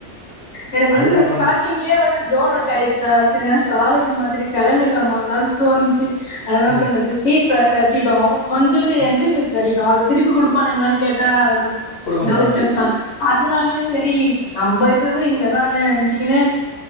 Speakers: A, on the left; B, on the left.
A: எனக்கு வந்து
B: அதுக்கப்புறந்தா
A: ஸ்டாட்டிங்லயே வந்து ஜோன் அவுட் ஆயிச்சா செ ஆ காலேஜு மாத்திட்டு கெளம்பிட்லாமான் தோணிச்சி ஆனா என்ன
B: ம்
A: பண்றது ஃபீஸ் வேற கட்டிட்டோ கொஞ்சூண்டு
B: ம்
A: என்ட்ரி ஃபீஸ் கட்டிட் தாதுப் திருப்பி குடுப்பானுங்களானு கேட்டா
B: குடுக்க மாட்டாய்ங்க
A: டவுட் சார் அதுனாலே சரி நம்ப இத் இதுவு இங்கதானு நினச்சுகனே